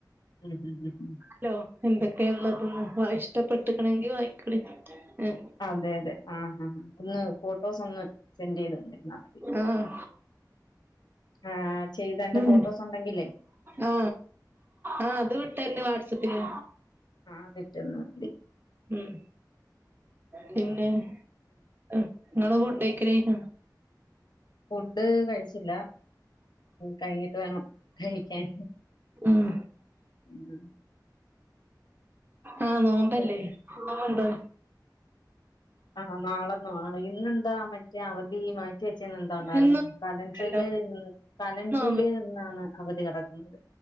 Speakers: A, on the left; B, on the right.
A: ഉം ഉം ഉം ഉം
B: ല്ലോ എന്തൊക്കെള്ളത് ന്ന് വ ഇഷ്ടപ്പെട്ട്ക്ക്ണങ്കി വാങ്ങിക്കാളി എ
A: അതെ അതെ ആ ഹ ഹാ ഒന്ന് പൊ ഫോട്ടോസ് ഒന്ന് സെൻഡ് ചെയ്ത് തന്നാ മതി
B: ആഹ്
A: ആ ചെയ്തതിന്റെ
B: ഉം
A: ഫോട്ടോസ് ഉണ്ടെങ്കിലേ
B: ആ ആ അത് വിട്ടര്ണ്ട് വാട്സപ്പ്ല്
A: ആ അതിറ്റന്നാ മതി
B: ഉം പിന്നെ ഉം ഇങ്ങള ഫുഡയ്ക്കല് കഴിഞ്ഞോ
A: ഫുഡ് കഴിച്ചില്ല കഴിഞ്ഞിട്ട് വേണം കഴിക്കാൻ
B: ഉം
A: ഉം
B: ആ നോമ്പല്ലേ
A: ഉം
B: ന്തോ
A: ആ നാളന്നൊ ആ ഇന്നന്താ മറ്റേ അവധി മാറ്റി വെച്ച എന്തുകൊണ്ടാ അറിയൊ
B: ഇന്നും
A: കലണ്ട്ര്
B: ണ്ടല്ലോ
A: ല് ഇന്ന് കലണ്ട്ര്
B: നോമ്പ്
A: ല് ഇന്നാണ് അവധി കടക്കുന്നത്